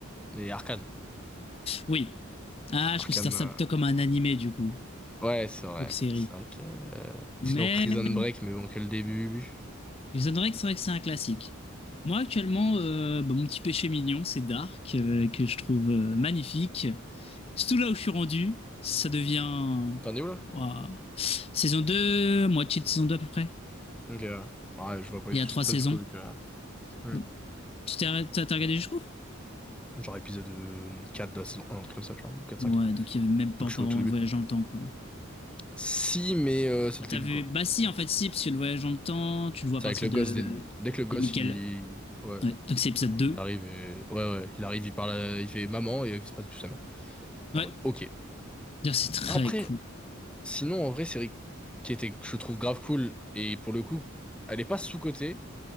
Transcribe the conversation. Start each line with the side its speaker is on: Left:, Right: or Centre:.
Centre: mais Arcane.
Left: Oui. Ah, je
Centre: Arcane,
Left: considère ça
Centre: euh,
Left: plutôt comme un animé, du coup.
Centre: ouais, c'est vrai.
Left: Donc, série.
Centre: C'est vrai que. euh,
Left: Mais
Centre: Sinon, Prison Break, mais bon, que le début.
Left: les Honorés, c'est vrai que c'est un classique. Moi, actuellement, euh, bah, mon petit péché mignon, c'est Dark, euh, que je trouve euh, magnifique. Surtout là où je suis rendu, ça devient.
Centre: T'en es où là?
Left: Ouah. Saison 2, moitié de saison 2 à peu près.
Centre: Ok, ouais. Ouais, je vois pas
Left: Il
Centre: tout
Left: y a trois
Centre: ce qui se passe
Left: saisons.
Centre: du coup, vu que. Hmm.
Left: Bah, Tu t'es arrêt- t'as- t'as regardé jusqu'où?
Centre: Genre épisode euh, 4 de la saison 1, un truc comme ça, tu vois, ou 4-5.
Left: Ouais, donc il n'y avait même pas
Centre: Donc
Left: encore
Centre: je suis au
Left: vraiment
Centre: tout début.
Left: le voyage dans le temps, quoi.
Centre: Si, mais euh, c'est
Left: Ah,
Centre: le
Left: t'as
Centre: début,
Left: vu?
Centre: quoi.
Left: Bah si, en fait, si, parce que le voyage dans le temps, tu le vois à
Centre: C'est
Left: partir
Centre: avec le
Left: de,
Centre: gosse, dès, le- dès que le gosse,
Left: de Michael.
Centre: il. Ouais,
Left: Ouais, donc c'est épisode 2.
Centre: il arrive et. Ouais, ouais, il arrive, il parle, à- il fait maman et il se passe du tout sa mère.
Left: Ouais,
Centre: T'es en mode, ok.
Left: d'ailleurs, c'est très
Centre: Après,
Left: cool.
Centre: sinon, en vrai, série qui était, que je trouve grave cool, et pour le coup, elle est pas sous-cotée,